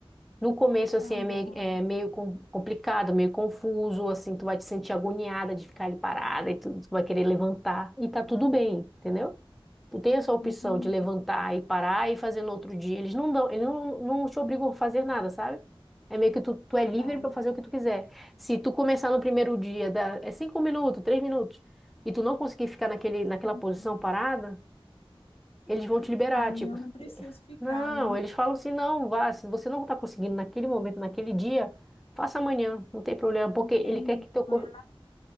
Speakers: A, in the centre; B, on the left.
A: No começo, assim,
B: Tá
A: é
B: bom,
A: meio, é
B: amiga.
A: meio com- complicado, meio confuso, assim, tu vai te sentir agoniada de ficar ali parada e tu, tu vai querer levantar. E tá tudo bem, entendeu? Tu tem essa opção
B: entendi,
A: de levantar e parar e fazer no outro dia. Eles não dão, eles não, não te obrigam a fazer nada, sabe? É meio que tu, tu é livre
B: tá
A: para
B: bom,
A: fazer o que tu quiser. Se tu começar no primeiro dia, dá, é cinco minutos, três minutos, e tu não conseguir ficar naquele, naquela
B: entendi.
A: posição parada, eles vão te liberar,
B: Aí
A: tipo.
B: eu não preciso ficar,
A: Não,
B: né?
A: eles falam assim, não, vá, se você não tá conseguindo naquele momento, naquele dia, faça amanhã, não tem problema, porque
B: Entendi.
A: ele quer que teu corpo.
B: Não é,